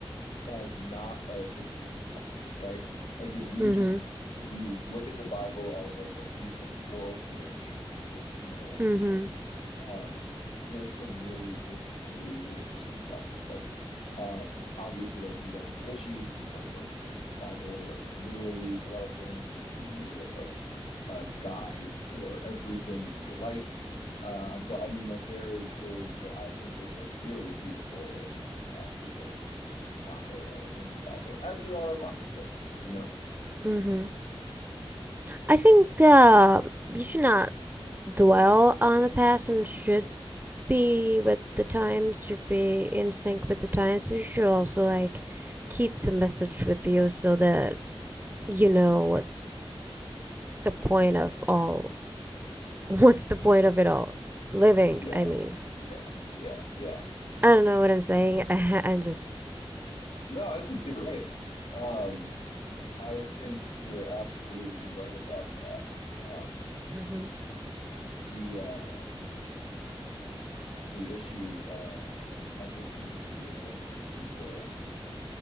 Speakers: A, on the left; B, on the right.
A: as not a religious text, right? Like if you
B: Mhm.
A: just if you look at the Bible as like a piece of world literature, which you know like
B: Mhm.
A: it is, um, there's some really there's some really really interesting stuff in it. Like um, obviously like you run into issues when you start to like take the Bible like literally for a lot of things, and like you use it as like a guide for everything in your life. Uh, but I mean, like there is there is, ge- I think there's like really beautiful and interesting passages like found uh, uh, in the Bible, as there are in lots of books, you know?
B: Mhm. I think, uh, you should not dwell on the past and should be with the times, should be in sync with the times, but you should also like keep the message with you so that you know what the point of all <laughs> what's the point of it all living
A: Yeah,
B: i mean
A: yeah, yeah, yeah.
B: i don't know what i'm saying <laughs> I, i'm just
A: No, I think you're right. Um, I think you're absolutely right about that. Um,
B: mm-hmm.
A: the uh, the issue uh, I think comes in, like we were saying, when people